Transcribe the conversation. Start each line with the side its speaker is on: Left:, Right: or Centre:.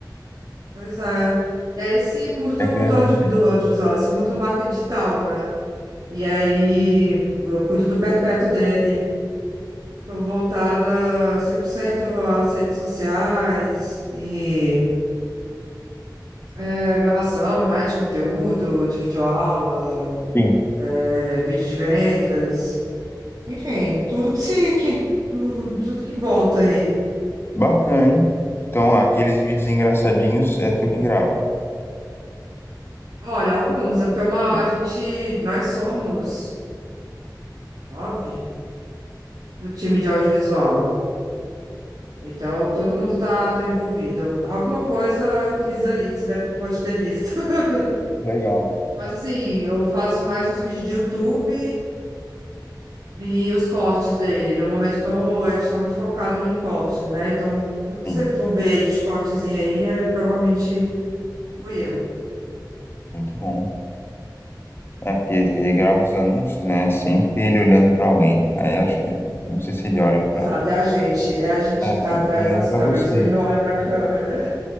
Right: Pois é. E é esse mundo do,
Left: É grande,
Right: do, audio-
Left: né?
Right: do audiovisual, esse mundo do marketing digital, né? E aí eu cuido do perpétuo dele. Estou voltada 100% às redes sociais e É, gravação, né, de conteúdo, de videoaula,
Left: Sim.
Right: é, vídeo de vendas, enfim, tudo que se que tu- tudo que volta aí.
Left: Bacana, hein? Então, aqueles vídeos engraçadinhos é tu que grava.
Right: Olha, alguns, é porque é uma
Left: É,
Right: a gente nós somos nove no time de audiovisual. Então todo mundo tá, tá envolvido. Alguma coisa eu fiz ali que você deve, pode ter visto. <laughs>
Left: Legal.
Right: Mas assim, eu faço mais os vídeos de YouTube. E os cortes dele. No momento eu tô, a gente tá muito focado em cortes, né? Então, tu- tudo que
Left: Sim.
Right: você for ver de cortezinho aí, é, provavelmente fui eu.
Left: Muito bom. É, porque ele grava os anúncios, né? Sempre ele olhando pra alguém. Aí eu acho que. Não sei se ele olha pra.
Right: Exato, é a gente. É a gente
Left: Ah,
Right: que tá
Left: ele
Right: atrás
Left: tá olhando
Right: das
Left: pra
Right: câmeras,
Left: vocês.
Right: que ele não olha pra câmera.